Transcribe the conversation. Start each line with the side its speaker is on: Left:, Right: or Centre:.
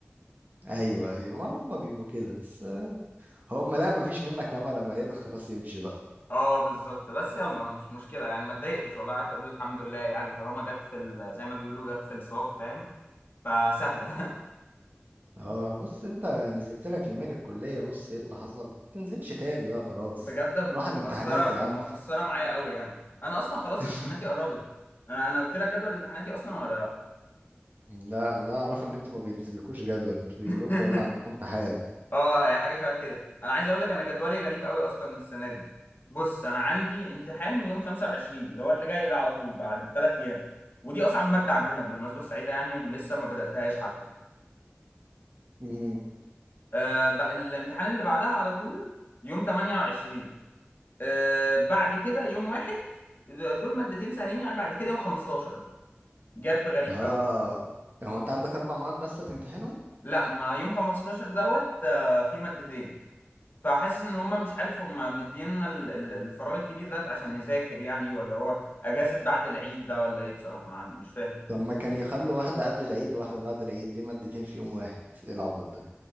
Right: <laughs> ايوه ايوه ما هم بيبقوا كده بس آه، هم لا ما فيش منك امل اما يلا خلاص يمشي بقى
Left: اه بالظبط بس يلا مش مشكله يعني ما اتضايقتش والله قعدت اقول الحمد لله يعني طالما جت في ال- زي ما بيقولوا جت في السوق فاهم فسهله
Right: اه بص انت نزلت لك يومين الكلية بص ايه اللي حصل ما تنزلش تاني بقى خلاص
Left: <laughs> بجد مخسره
Right: روح على الامتحانات يا
Left: مخسره
Right: عم
Left: معايا قوي يعني انا اصلا خلاص
Right: <laughs>
Left: امتحاناتي قربت انا أنا قلت لك جدول امتحاناتي اصلا ولا لا
Right: لا لا اعرفوا ان انتوا ما بينزلكوش جدول انتوا بيقولوا
Left: <laughs>
Right: لكم يلا عندكم امتحان
Left: اه هي حاجه شبه كده انا عايز اقول لك انا جدولي غريب قوي اصلا السنه دي بص انا عندي امتحان يوم 25 اللي هو اللي جاي ده على طول بعد ثلاث ايام ودي اصعب ماده عندنا بالمناسبه السعيده يعني ولسه ما بداتهاش حتى
Right: امم
Left: آه بقى الامتحان اللي بعدها على طول يوم 28 آه بعد كده يوم واحد دول مادتين سهلين يعني بعد كده يوم 15 بقى جاب غريب
Right: اه
Left: قوي
Right: هو انت عندك اربع مواد بس هتمتحنهم
Left: لا ما يوم 15 دوت آه في مادتين فحاسس ان هم مش عارف هم مدينا ال- ال- الفراغ الكبير ده عشان نذاكر يعني ولا هو اجازة بعد العيد ده ولا ايه بصراحة ما عندي مش فاهم
Right: طب ما كان يخلوا واحدة قبل العيد وواحدة بعد العيد ليه مادتين في يوم واحد ايه العبط ده